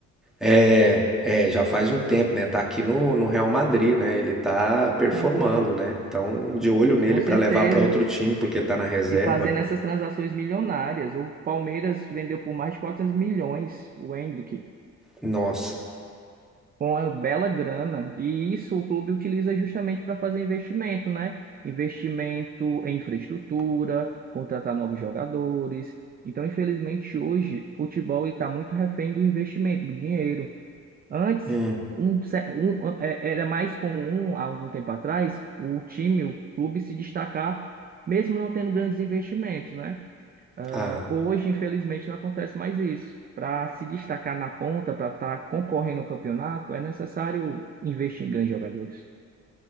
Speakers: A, in the centre; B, on the right.
A: É, é, já faz um tempo, né? Tá aqui no, no Real Madrid, né? Ele tá performando,
B: Então,
A: né? Então, de olho nele
B: com certeza.
A: pra levar pra outro time, porque ele tá na reserva.
B: E fazendo essas transações milionárias. O Palmeiras vendeu por mais de 400 milhões o Endrick.
A: Nossa.
B: com uma bela grana. E isso o clube utiliza justamente para fazer investimento, né? Investimento em infraestrutura, contratar novos jogadores. Então, infelizmente, hoje, futebol está muito refém do investimento, do dinheiro. Antes,
A: Hum.
B: um ce- um- é- era mais comum, há algum tempo atrás, o time, o clube se destacar, mesmo não tendo grandes investimentos, né?
A: Ah.
B: Hoje, infelizmente, não acontece mais isso. Para se destacar na ponta, para estar concorrendo ao campeonato, é necessário investir em grandes jogadores.